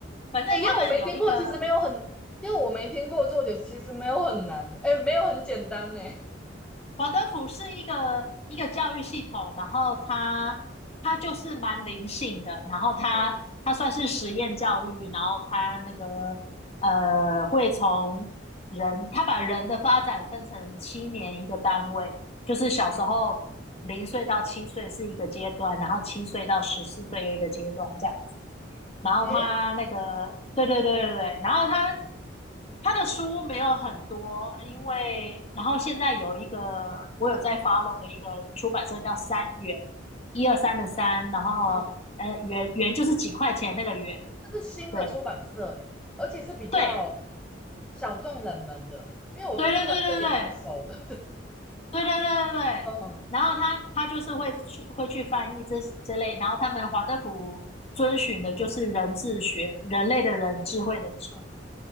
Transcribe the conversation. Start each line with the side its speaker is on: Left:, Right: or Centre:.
Left: 反正他们有一个。
Centre: 哎，因为我没听过，其实没有很，因为我没听过作者，其实没有很难，哎，没有很简单呢。
Left: 华德福是一个一个教育系统，然后他他就是蛮灵性的，然后他他算是实验教育，
Centre: 嗯
Left: 然后他那个呃会从人，他把人的发展分成七年一个单位，就是小时候零岁到七岁是一个阶段，
Centre: 嗯。
Left: 然后七岁到十四岁又一个阶段这样。然后他那个，
Centre: 诶，
Left: 对对对对对，然后他他的书没有很多，因为然后现在有一个我有在 follow 的一个出版社叫三元，一二三的三，然后呃元元就是几块钱那个元，
Centre: 嗯，它是新的出版社，
Left: 对
Centre: 而且是比较
Left: 对
Centre: 小众冷门的，因为我对出版社也蛮熟的。
Left: 对对对对对对对对对对，
Centre: <laughs> 嗯
Left: 然后他他就是会去会去翻译这这类，然后他们华德福遵循的就是人智学，人类的人，智慧的智，
Centre: 嗯，